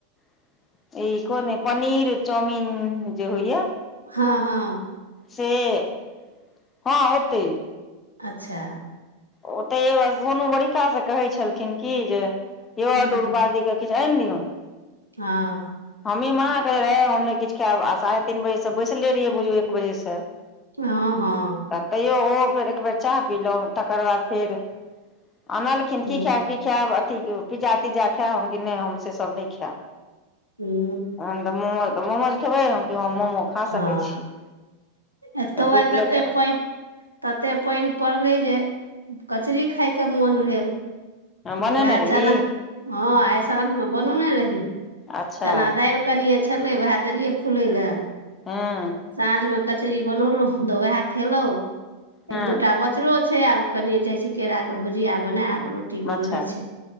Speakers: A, on the left; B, on the left.
A: <inaudible> ई कोन पनीर चाउमीन जे होइया?
B: हँ-हँ।
A: से <inaudible> हँ ओतै‌।
B: अच्छा।
A: ओतै ओएह, सोनू बड़ी काल स कहै छलखिन की जे <inaudible> वैह
B: हूँ
A: दुरबादी के किछु आनि दियौन।
B: हँ।
A: हमहीं मना केलियै है हम ने किछु खाएब आ साढ़े तीन बजे सं बैसले रहियै बुझू एक बजे सं।
B: हं-हं।
A: त तैयो ओहो फेर एकबेर चाह पिलौं तकर बाद फेर <inaudible> अनलखिन
B: हूँ
A: की खाएब? की खाएब? अथी ओ पिज्जा तिज्जा खाएब, हम कहलियै नै हम से सब नै खाएब।
B: हूं।
A: तहन तऽ मोमोज तऽ मोमोज खेबै हम मोमो खा
B: हँ
A: सकै छी।
B: एतौ
A: तऽ दू
B: आय
A: प्लेट
B: तते
A: हूँ
B: पैन तते पैन पड़लै जे- कचरी खायके मोन भेल।
A: बनेने
B: तऽ वएह
A: रही
B: चना हँ आय साँझ मे बनोने रही
A: अच्छा
B: चना दैल। कनिये छेलै वएह देलियै फुलै लेए।
A: हँ।
B: साँझ में कचरी बनौलौ तऽ उएह खेलौ
A: हँ
B: एक दूटा बच। कचड़ो छै आ कनए जाय छै केरा के भुजिया बनेेएब रोटी बनले
A: अच्छा
B: छै।